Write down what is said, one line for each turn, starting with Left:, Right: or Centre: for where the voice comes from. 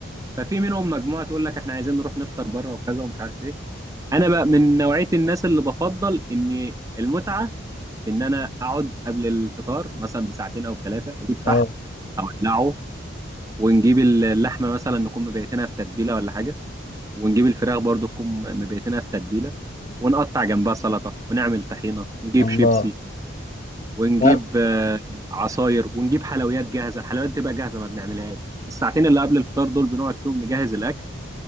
Right: ففي منهم مجموعه تقول لك احنا عايزين نروح نفطر بره وكذا ومش عارف ايه انا بقى من نوعيه الناس اللي بفضل ان المتعه في ان انا اقعد قبل الفطار مثلا بساعتين او ثلاثه اجيب فحم
Left: اه
Right: او اولعه ونجيب اللحمه مثلا نكون مبيتينها في تتبيله ولا حاجه ونجيب الفراخ برضو تكون مبيتينها في تتبيله ونقطع جنبها سلطه ونعمل طحينه ونجيب
Left: الله
Right: شيبسي ونجيب
Left: ده
Right: آه، عصاير ونجيب حلويات جاهزه الحلويات بتبقى جاهزه ما بنعملهاش الساعتين اللي قبل الفطار دول بنقعد فيهم نجهز الاكل